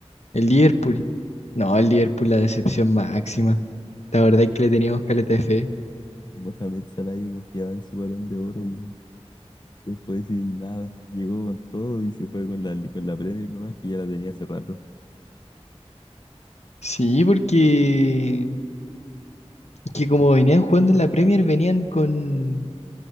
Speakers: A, on the left; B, on the left.
A: El Liverpool. No, el Liverpool la decepción máxima. La verdad es que le teníamos caleta de fe.
B: Mohamed Salah yo confiaba en su balón de oro. weón. Se fue sin nada. Llegó con todo y se fue con la, con la Premier nomás que ya la tenía hace rato.
A: Sí, porque que como venían jugando en la Premier, venían con,